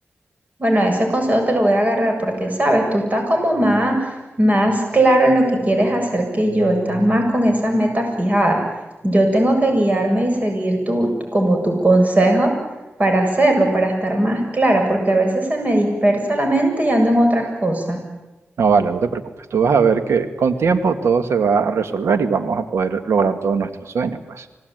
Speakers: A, on the right; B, on the right.
A: Bueno, ese consejo te lo voy a agarrar porque, sabes, tú estás como más, más claro en lo que quieres hacer que yo, estás más con esas metas fijadas. Yo tengo que guiarme y seguir tu, como tu consejo para hacerlo, para estar más clara, porque a veces se me dispersa la mente y ando en otras cosas.
B: No, vale, no te preocupes. Tú vas a ver que con tiempo todo se va a resolver y vamos a poder lograr todos nuestros sueños, pues.